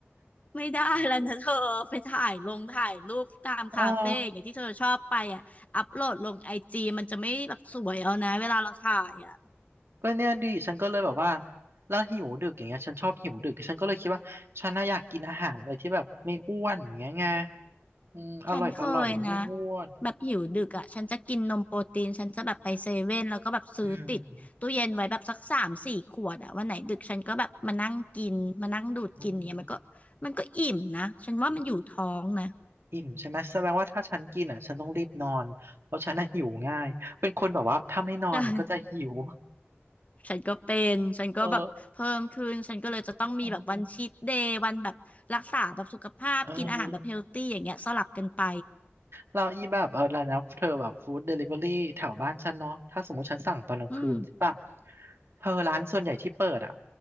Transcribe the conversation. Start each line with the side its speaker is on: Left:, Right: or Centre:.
Left: ไม่ได้แล้วนะเธอ <laughs> ไปถ่ายลงถ่ายรูปตามคาเฟ่อย่างเงี้ยที่เธอชอบไปอ่ะอัพโหลดลงไอจีมันจะไม่แบบสวยเอานะเวลาเราถ่ายอ่ะ
Right: เออ ก็เนี่ยดิฉันก็เลยแบบว่าแล้วหิวดึกอย่างเงี้ยฉันชอบหิวดึกฉันก็เลยคิดว่าฉันน่าอยากกินอาหารอะไรที่แบบไม่อ้วนอย่างเงี้ยไงอืมอร่อยอร่อยไม่อ้วน
Left: ฉันเคยนะแบบหิวดึกอ่ะฉันจะกินนมโปรตีนฉันจะแบบไปเซเว่นแล้วก็แบบซื้อติดตู้เย็นไว้แบบสักสามสี่ขวดอ่ะวันไหนดึกฉันก็แบบมานั่งกินมานั่งดูดกินเนี่ยมันก็มันก็อิ่มนะฉันว่ามันอยู่ท้องนะ
Right: อืมอืมอิ่มใช่ไหมแสดงว่าถ้าฉันกินอ่ะฉันต้องรีบนอนเพราะฉันน่ะหิวง่ายเป็นคนแบบว่าถ้าไม่นอนก็จะหิว
Left: ใช่ฉันก็เป็นฉันก็แบบเพิ่มขึ้นฉันก็เลยจะต้องมีแบบวันชีทเดย์วันแบบรักษาแบบสุขภาพกินอาหารแบบเฮลตี้อย่างเงี้ยสลับกันไป
Right: เอออืมเออ เราอีแบบเออแล้วนะเธอแบบฟู้ดเดลิเวอรี่แถวบ้านฉันเนาะถ้าสมมติฉันสั่งตอนกลางคืนใช่ปะ
Left: อืม
Right: เธอร้านส่วนใหญ่ที่เปิดอ่ะ